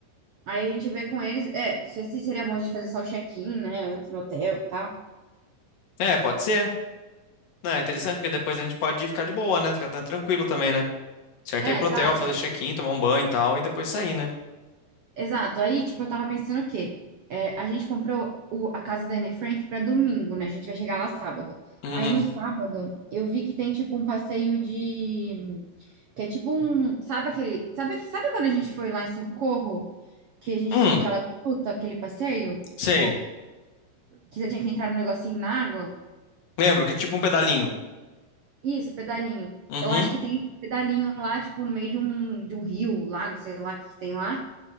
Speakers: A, on the right; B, on the left.
A: Aí a gente vê com eles. É, não sei se seria bom a gente fazer só o check-in, né? Antes no hotel e tal.
B: É, pode ser. Não, é interessante, porque depois a gente pode ficar de boa, né? Ficar tran- tranquilo também, né? Certo,
A: É,
B: é ir pro
A: exato.
B: hotel, fazer check-in, tomar um banho e tal, e depois sair, né?
A: Exato. Aí, tipo, eu tava pensando o quê? É, a gente comprou o- a casa da Anne Frank pra domingo, né? A gente vai chegar lá sábado.
B: Uhum.
A: Aí no sábado, eu vi que tem tipo um passeio de. Que é tipo um. Sabe aquele. Sabe, que- sabe quando a gente foi lá em Socorro? Que a gente
B: Hum,
A: tinha aquela gruta, aquele passeio?
B: sei.
A: Tipo. que você tinha que entrar no negocinho na água.
B: Lembro que é tipo um pedalinho.
A: Isso, pedalinho.
B: Uhum,
A: Eu acho que tem esse pedalinho lá, tipo, no meio de um, de um rio, lago, sei lá o que que tem lá.